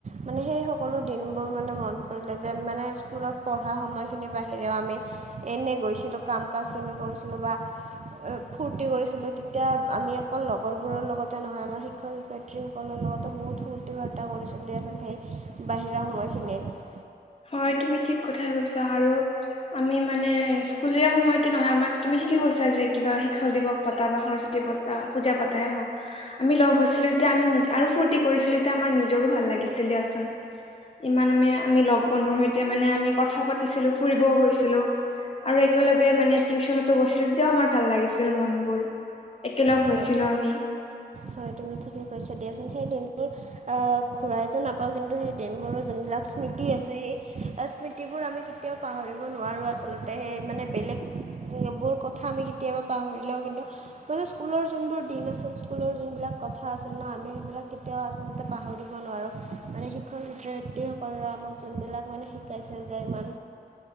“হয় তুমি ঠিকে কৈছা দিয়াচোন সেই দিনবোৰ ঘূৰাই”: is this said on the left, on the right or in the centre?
Right